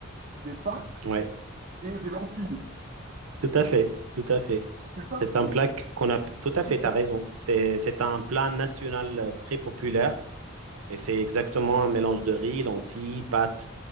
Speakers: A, on the right; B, on the right.
A: des pâtes
B: Ouais,
A: et des lentilles.
B: tout à fait, tout à fait.
A: C'est ça?
B: C'est un
A: Il
B: plat
A: y a
B: qu'on a...
A: un
B: Tout à fait,
A: truc
B: t'as
A: comme
B: raison.
A: ça.
B: C'est, c'est un plat national euh, très populaire. Et c'est exactement un mélange de riz, lentilles, pâtes,